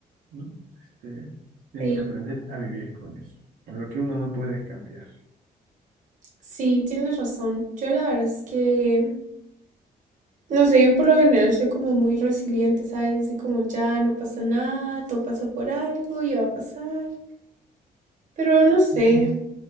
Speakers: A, on the right; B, on the right.
A: ¿no? Este, tiene
B: Sí,
A: que aprender a vivir con eso, con lo que uno no puede cambiar.
B: sí, tienes razón. Yo la verdad es que, no sé, yo por lo general soy como muy resiliente, ¿sabes? Así como ya no pasa nada, todo pasa por algo, ya va a pasar. Pero no sé,
A: Ujú.